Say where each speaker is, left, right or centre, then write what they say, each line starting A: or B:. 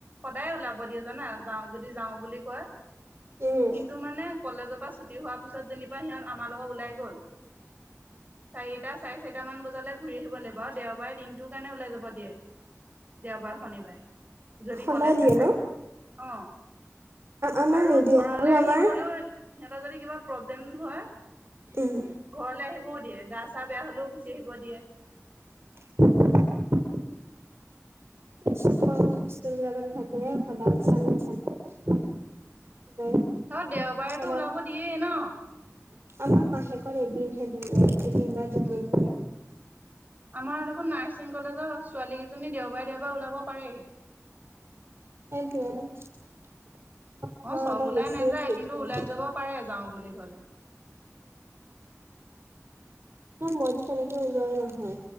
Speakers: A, on the right; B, on the right.
A: সদায় ওলাব দিয়ে জানা যাওঁ যদি যাওঁ বুলি কয়
B: উম
A: টো মানে কলেজৰ পৰা ছুটি হোৱাৰ পিছত যেনিবা সিহঁত আমাৰ লগত ওলাই গ'ল চাৰিটা চাৰে চাৰিটা মান বজালৈ ঘূৰি আহিব লাগিব আৰু দেওবাৰে দিনটোৰ কাৰণে ওলাই যাব দিয়ে দেওবাৰ শনিবাৰে যদি
B: সদায়
A: কলেজ
B: দিয়ে
A: নাথাকে
B: ন
A: আহ
B: আমাৰ
A: আৰু
B: নিদিয়ে
A: ঘৰলে
B: আৰু
A: আহিব
B: আমাৰ
A: সিহঁতৰ যদি কিবা প্ৰব্লেম হয়
B: উম
A: ঘৰলে আহিবও দিয়ে গা চা বেয়া হ'লেও গুচি আহিব দিয়ে
B: <inaudible> সু বিলাকত থাকে সদায় নিচ নিচ ক <unintelligible>
A: আৰু দেওবাৰেতো ওলাব দিয়েই ন
B: আমাৰ মাহেকত এদিনহে দিলে এদিন বা দুদিন
A: উম
B: দিয়ে।
A: আমাৰ দেখোন নাৰ্ছিং কলেজৰ ছোৱালী কেইজনী দেওঁবাৰে দেওঁবাৰে ওলাব পাৰে।
B: এটোৱে আমাৰ
A: অ চব
B: অলপ
A: ওলাই
B: বেছি
A: নাযায়
B: ইচট্ৰিক
A: কিন্তু
B: কৰে।
A: ওলাই যাব পাৰে যাওঁ বুলি ক'লে
B: এই মইজো তেনেকে ওলাই নাহো।